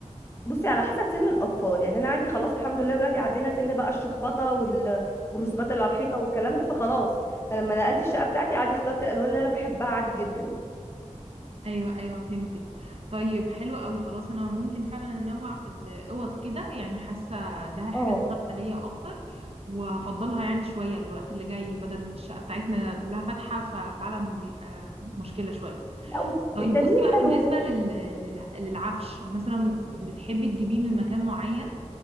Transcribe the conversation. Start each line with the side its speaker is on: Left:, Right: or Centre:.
Left: بصي على حسب سن الاطفال يعني انا عندي خلاص الحمد لله ولادي عدينا سن بقى الشخبطه وال... والرسومات اللي على الحيطه والكلام ده فخلاص فلما نقلت الشقه بتاعتي عادي اخترت الالوان اللي انا بحبها عادي جدا
Right: ايوه ايوه فهمتك طيب حلو قوي خلاص انا ممكن فعلا انوع في الاوض كده يعني حاسه ده حاجه
Left: اه
Right: تكون عمليه اكتر وهفضلها يعني شويه الوقت اللي جاي بدل الشقه بتاعتنا كلها فاتحه ففعلا بيبقى مشكله شويه
Left: لا
Right: طيب
Left: التغيير
Right: بصي بقى
Left: حلو
Right: بالنسبه
Left: برضه
Right: لل... لل- للعفش مثلا بتحبي تجيبيه من مكان معين